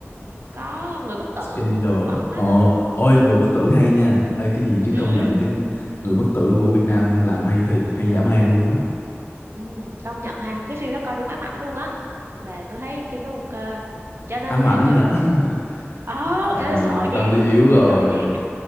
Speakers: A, on the right; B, on the left.
A: có Người bất tử
B: Scandal.
A: là của ổng hết
B: Ờ,
A: á
B: ôi người bất tử hay nha. Ê cái gì chứ
A: ừ
B: công nhận cái người bất tử của Việt Nam làm hay thiệt, hay dã man luôn á.
A: Ừ, công nhận ha cái phim đó coi đúng ám ảnh luôn á là tôi thấy phim đó ok cho nên
B: Ám
A: là
B: ảnh
A: kiểu
B: hả? <laughs>
A: ờ
B: Bạn
A: ê
B: này
A: sợ nha
B: tâm lý yếu rồi.
A: sợ nha